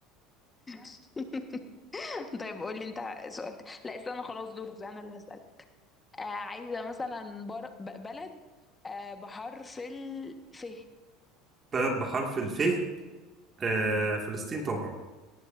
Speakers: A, on the left; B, on the right.
A: <laughs> طيب قول لي انت سؤال ت- لا استنى خلاص دورك انا اللي هسأل آه عايزة مثلا بر... ب- بلد آه بحرف الف
B: بلد بحرف الف آه، فلسطين طبعا